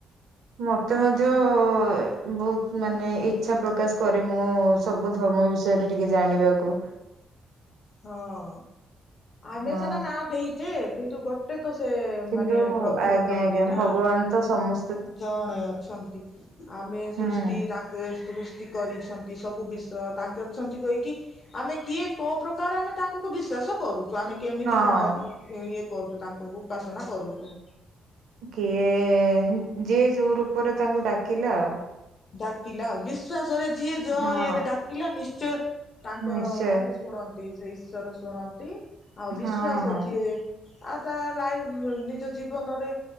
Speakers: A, on the right; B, on the left.
A: ମତେ ମଧ୍ୟ ବହୁତ ମାନେ ଇଚ୍ଛା ପ୍ରକାଶ କରେ ମୁଁ। ସବୁ ଧର୍ମ ବିଷୟରେ ଟିକେ ଜାଣିବାକୁ।
B: ହଁ ଆମେ
A: ହଁ
B: ସନା ନା ଦେଇଛେ କିନ୍ତୁ ଗୋ ଗୋଟେ ତ ସେ
A: କିନ୍ତୁ
B: ମାନେ ପ୍ରଭୁ
A: ଆଜ୍ଞା
B: ଅଟନ୍ତି
A: ଆଜ୍ଞା
B: ନା?
A: ଭଗବାନ ତ ସମ
B: ଜଣେ ଅଛନ୍ତି ଆମେ ସୃଷ୍ଟି
A: ହୁଁ
B: ତାଙ୍କେ ସୃଷ୍ଟି କରିଛନ୍ତି ସବୁ ବିଷୟ ତାଙ୍କେ ଅଛନ୍ତି କହିକି ଆମେ କିଏ କୋଉ ପ୍ରକାର ଆମେ ତାଙ୍କୁ ବିଶ୍ୱାସ କରୁଛୁ ଆମେ କେମିତିକା
A: ହଁ
B: ଇଏ କରୁଛୁ? ତାଙ୍କଙ୍କୁ ଉପାସନା କରୁଛୁ।
A: କିଏ ଯିଏ ଯୋଉ ରୂପରେ ତାଙ୍କୁ ଡାକିଲା ଆଉ।
B: ଡାକିଲା ଆଉ ବିଶ୍ଵାସରେ ଯିଏ ଯଅ
A: ହଁ
B: ଇଏରେ ଡାକିଲା ନିଶ୍ଚୟ ତାଙ୍କର
A: ନିଶ୍ଚୟ
B: ମାନେ ଶୁଣନ୍ତି ସେ ଈଶ୍ୱର ଶୁଣନ୍ତି ଆଉ
A: ହଁ
B: ବିଶ୍ଵାସ
A: ହଁ
B: ଯିଏ ଆଉ ତା ଲାଇଫ ନିଜ ଜୀବନରେ